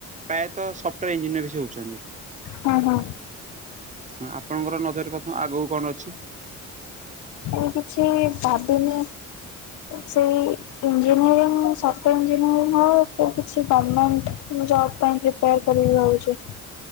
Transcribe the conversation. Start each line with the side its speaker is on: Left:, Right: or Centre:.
Right: ପ୍ରାୟତ ସଫ୍ଟ ଇଞ୍ଜିନିୟର ବି ହଉଛନ୍ତି।
Left: ହୁଁ ହୁଁ।
Right: ହଁ ଆପଣଙ୍କର ନଜରରେ ପ୍ରଥମେ ଆଗକୁ କଣ ଅଛି?
Left: ମୁଁ କିଛି ଭାବିନି ସେଇ ଇଞ୍ଜିନିୟରିଂ ସଫ୍ଟାର ଇଞ୍ଜିନିୟରିଂ ହଉ ସେ କିଛି ଗଭର୍ଣ୍ଣମେଣ୍ଟ ଜବ୍ ପାଇଁ ପ୍ରି ଟ୍ରାଏ କରିବି ଭାବୁଛି।